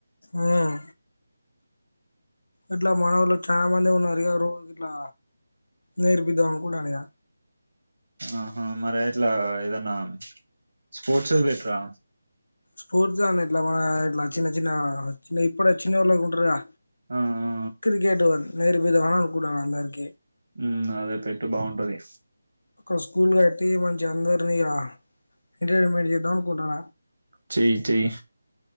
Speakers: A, on the left (about 80°); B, on the right (about 75°).
A: మ్మ్ ఇట్లా మా వాళ్ళు చాలా మంది ఉన్నారు ఇగ రోజు ఇట్లా నేర్పిద్దాం అనుకుంటాన ఇగ
B: ఆహా మరి ఇట్లా ఏదన్నా స్పోర్ట్స్ పెట్రా
A: స్ఫూర్తి అనీ ఇట్లా మన ఇట్లా చిన్న చిన్న చిన్న ఇప్పుడ వచ్చిన వాళ్ళకి ఉంటారు
B: ఆ ఆ
A: క్రికెట్ వన్ నేర్పిధమా అనుకుంటున్న అందరికీ
B: ఉ అదే పెట్టు బాగుంటది
A: ఒక స్కూల్ కట్టి మంచి అందరినీ ఎంటర్టైన్మెంట్ చేద్దాం అనుకుంటున్న
B: చెయ్ చెయ్